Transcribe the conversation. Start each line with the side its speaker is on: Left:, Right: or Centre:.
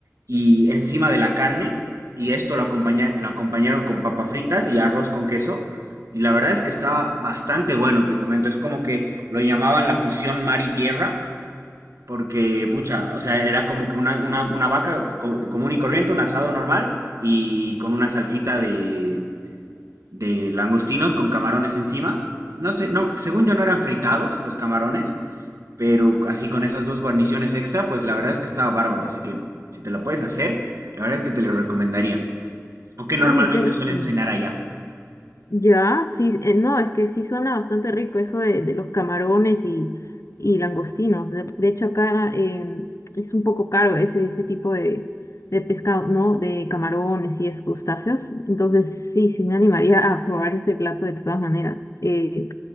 Right: y encima de la carne. Y esto lo acompaña, lo acompañaron con papas fritas y arroz con queso. Y la verdad es que estaba bastante bueno, te comento. Es como que lo llamaban la fusión mar y tierra. Porque, pucha, o sea, era como que una, una, una vaca co- común y corriente, un asado normal y con una salsita de, de langostinos con camarones encima. No sé, no, según yo no eran fritados los camarones, pero así con esas dos guarniciones extra, pues la verdad es que estaba bárbaro. Así que si te lo puedes hacer, la verdad es que te lo recomendaría. O que
Left: Uy,
Right: normalmente
Left: qué rico.
Right: suelen cenar allá.
Left: Ya, sí, eh, no, es que sí suena bastante rico eso de, de los camarones y, y langostinos. De, de hecho, acá em, es un poco caro ese, ese tipo de, de pescado, ¿no? De camarones y esos crustáceos. Entonces, sí, sí me animaría a probar ese plato de todas maneras. Eh,